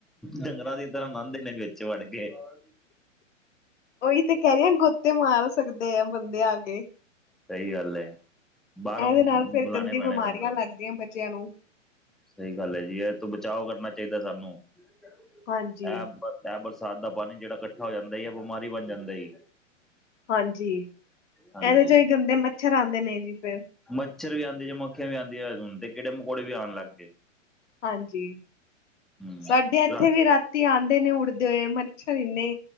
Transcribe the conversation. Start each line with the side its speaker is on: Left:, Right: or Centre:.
Centre: ਡੰਗਰਾਂ ਦੀ ਇਧਰ ਨਾ ਦੇੇ ਵਿੱਚ ਵੜ ਕੇ। ਠ
Left: ਉਹੀ ਤੇ ਕਹਿ ਰਹੀ ਆ ਗੋਤੇ ਮਾਰ ਸਕਦੇ ਆ ਬੰਦੇ ਆ ਕੇ।
Centre: ਸਹੀ ਗੱਲ ਏ
Left: ਇਹਦੇ
Centre: ਬਾਹਰੋਂ
Left: ਨਾਲ ਫੇਰ
Centre: ਬੁਲਾਣੇ
Left: ਗੰਦੀ
Centre: ਪੈਣੇ
Left: ਬਿਮਾਰੀਆਂ
Centre: ਬੰਦੇ।
Left: ਲੱਗਦੀਆਂ ਬੱਚਿਆਂ ਨੂੰ
Centre: ਸਹੀ ਗੱਲ ਹੈ ਜੀ ਇਹ ਤੋਂ ਬਚਾਓ ਕਰਨਾ ਚਾਹੀਦਾ ਸਾਨੂੰ ਇਹ।
Left: ਹਾਂਜੀ
Centre: ਇਹ ਬਰਸਾਤ ਦਾ ਪਾਣੀ ਜਿਹੜਾ ਇਕੱਠਾ ਹੋ ਜਾਂਦਾ ਹੈ ਬਿਮਾਰੀ ਬਣ ਜਾਂਦਾ ਜੀ।
Left: ਹਾਂਜੀ ਇਹਦੇ
Centre: ਹਾਂਜੀ
Left: ਚੋਂ ਹੀ ਗੰਦੇ ਮੱਛਰ ਆਉਂਦੇ ਨੇ ਜੀ ਫੇਰ।
Centre: ਮੱਛਰ ਵੀ ਆਉਂਦੇ ਜੇ ਮੱਖੀਆਂ ਵੀ ਆਉਂਦੀਆਂ ਤੇ ਹੁਣ ਤੇ ਕੀੜੇ ਮਕੌੜੇ ਵੀ ਆਉਣ ਲੱਗ ਗਏ।
Left: ਹਾਂਜੀ
Centre: ਹੂੰ
Left: ਸਾਡੇ ਇੱਥੇ
Centre: ਰਾਤ
Left: ਵੀ ਰਾਤੀ। ਰਾਤੀ ਆਉਂਦੇ ਨੇ ਉੱਡਦੇ ਹੋਏ ਮੱਛਰ ਇੰਨੇ